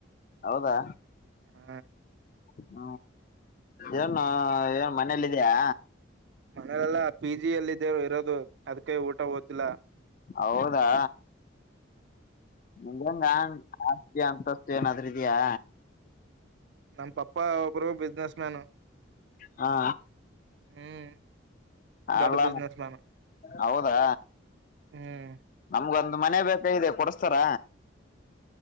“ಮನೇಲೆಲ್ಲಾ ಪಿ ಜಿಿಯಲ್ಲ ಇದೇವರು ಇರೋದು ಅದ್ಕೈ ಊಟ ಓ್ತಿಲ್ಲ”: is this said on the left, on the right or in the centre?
Right